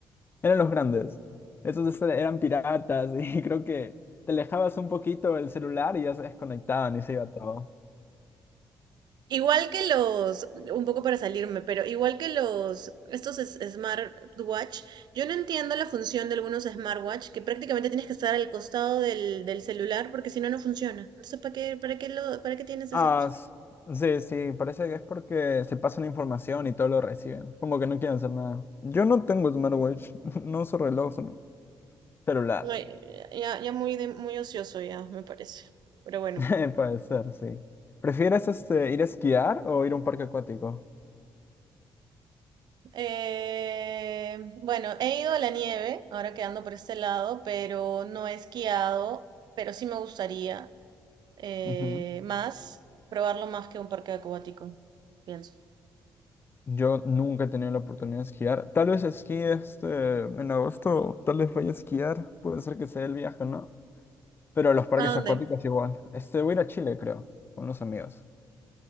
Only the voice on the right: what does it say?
Igual que los, un poco para salirme, pero igual que los, estos es- smartwatch, yo no entiendo la función de algunos smartwatch que prácticamente tienes que estar al costado del, del celular porque si no, no funciona. Entonces, ¿para qué, para qué lo, para qué tienes
esa cosa?
No, eh, ya, ya muy, de- muy ocioso ya, me parece. Pero bueno.
Eh, bueno, he ido a la nieve, ahora quedando por este lado, pero no he esquiado, pero sí me gustaría. eh,
más, probarlo más que un parque acuático, pienso.
¿A dónde?